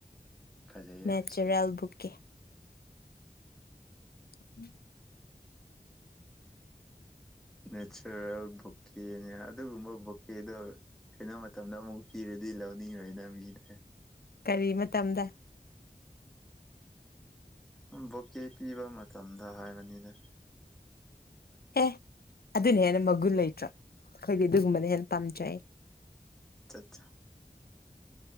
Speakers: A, in the centre; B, on the left.
A: ꯐꯖꯩꯌꯦ
B: ꯅꯦꯆꯔꯦꯜ
A: ꯐꯖꯩꯌꯦ
B: ꯕꯨꯛ <unintelligible> <unintelligible>
A: ꯅꯦꯆꯔꯦꯜ ꯕꯨꯛꯀꯦꯅꯦ ꯑꯗꯨꯒꯨꯝꯕ ꯕꯨꯛꯀꯦꯗꯣ ꯀꯩꯅꯣ ꯃꯇꯝꯗ ꯑꯃꯨꯛ ꯄꯤꯔꯗꯤ ꯂꯧꯅꯤꯡꯉꯣꯏꯅ ꯃꯤꯗꯦ
B: ꯀꯔꯤ ꯃꯇꯝꯗ
A: ꯕꯣꯀꯦ ꯄꯤꯕ ꯃꯇꯝꯗ ꯍꯥꯏꯕꯅꯤꯗ
B: ꯑꯦ ꯑꯗꯨꯅ ꯍꯦꯟꯅ ꯃꯒꯨꯟ ꯂꯩꯇ꯭ꯔꯣ ꯑꯩꯈꯣꯏꯗꯤ ꯑꯗꯨꯒꯨꯝꯕꯅ ꯍꯦꯟꯅ ꯄꯥꯝꯖꯩ
A: ꯆꯥꯠꯆꯥ